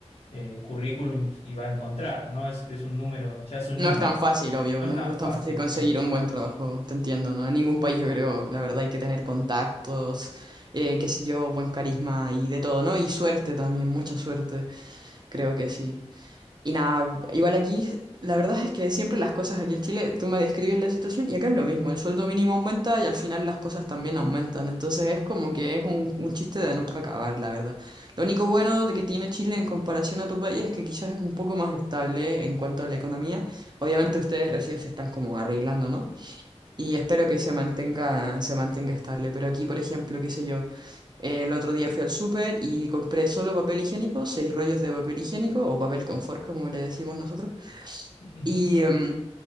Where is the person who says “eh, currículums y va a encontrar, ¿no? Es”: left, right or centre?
Left